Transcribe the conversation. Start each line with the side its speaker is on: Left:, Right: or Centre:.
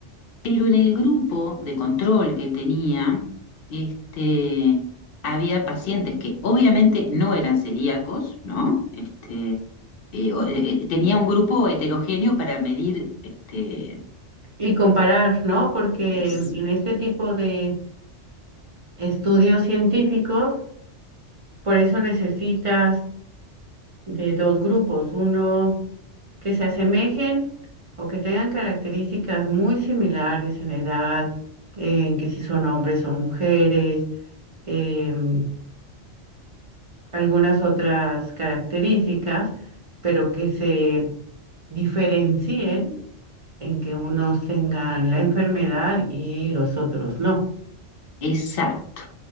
Left: pero en el grupo de control que él tenía, este había pacientes que obviamente no eran celíacos, ¿no? Este, eh, o- eh, eh, tenía un grupo heterogéneo para medir este,
Right: Y comparar, ¿no? Porque
Left: es-
Right: en este tipo de estudios científicos, por eso necesitas de dos grupos, uno que se asemejen o que tengan características muy similares en edad, en que si son hombres o mujeres, em, algunas otras características, pero que se diferencien en que unos tengan la enfermedad y los otros no.
Left: exacto.